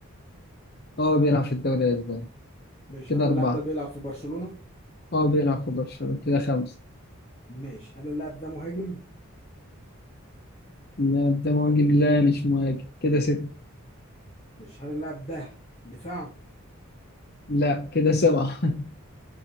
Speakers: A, on the left; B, on the left.
A: اه بيلعب في الدوري الاسباني
B: ماشي
A: كده
B: هل
A: اربعه
B: اللاعب ده بيلعب في برشلونه
A: اه بيلعب في برشلونه كده خمسه
B: ماشي هل اللاعب ده مهاجم
A: لا ده مهاجم لا مش مهاجم كده ست
B: ماشي هل اللاعب ده دفاع
A: لا كده سبعه <laughs>